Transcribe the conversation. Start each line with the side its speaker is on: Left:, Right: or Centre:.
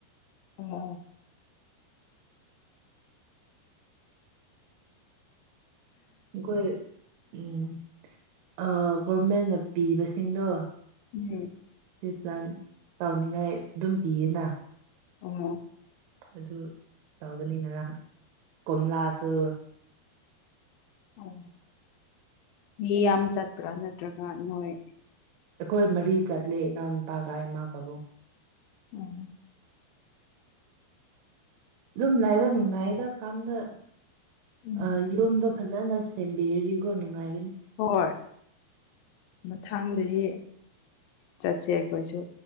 Left: ꯑꯣ ꯑꯣ
Right: ꯑꯩꯈꯣꯏ ꯎꯝ ꯑꯥ ꯒꯣꯔꯃꯦꯟꯅ ꯄꯤꯕꯁꯤꯡꯗꯣ
Left: ꯎꯝ
Right: ꯔꯤꯄ꯭ꯂꯥꯟ ꯇꯧꯅꯤꯡꯉꯥꯏ ꯑꯗꯨꯝ ꯄꯤꯌꯦꯅ
Left: ꯑꯣ
Right: ꯑꯗꯨ ꯇꯧꯕꯅꯤ ꯉꯔꯥꯡ ꯀꯣꯝꯂꯥꯁꯨ
Left: ꯑꯣ ꯃꯤ ꯌꯥꯝ ꯆꯠꯄ꯭ꯔꯥ ꯅꯠꯇ꯭ꯔꯒ ꯅꯣꯏ
Right: ꯑꯩꯈꯣꯏ ꯃꯔꯤ ꯆꯠꯂꯦ ꯏꯅꯥꯎꯅꯨꯄꯥꯒ ꯏꯃꯥ ꯄꯥꯕꯨꯡ
Left: ꯎꯝ
Right: ꯑꯗꯨꯝ ꯂꯩꯕ ꯅꯨꯡꯉꯥꯏꯗꯕ ꯐꯥꯔꯝꯗ
Left: ꯎꯝ
Right: ꯑꯥ ꯌꯨꯝꯗꯣ ꯐꯖꯅ ꯁꯦꯝꯕꯤꯔꯗꯤꯒꯣ ꯅꯨꯡꯉꯥꯏꯒꯅꯤ
Left: ꯍꯣꯏ ꯃꯊꯪꯗꯗꯤ ꯆꯠꯁꯦ ꯑꯩꯈꯣꯏꯁꯨ